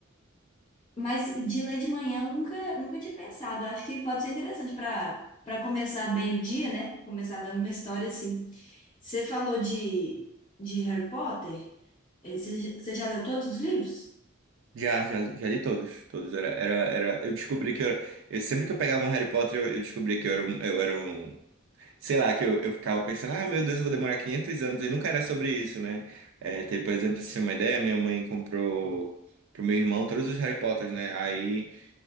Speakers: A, on the left; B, on the right.
A: Mas de ler de manhã, eu nunca, nunca tinha pensado. Eu acho que pode ser interessante para para começar bem o dia, né? Começar lendo uma história assim. Você falou de, de Harry Potter. Eh, Você você já leu todos os livros?
B: Já, já, li- já li todos, todos. Era, era, era, eu descobri que eu era, eu- sempre que eu pegava um Harry Potter, eu, eu descobri que eu era, um- eu era um Sei lá, que eu, eu ficava pensando, ah, meu Deus, eu vou demorar 500 anos, e nunca era sobre isso, né? É, teve, por exemplo, se você tem uma ideia, minha mãe comprou pro meu irmão todos os Harry Potters, né? Aí,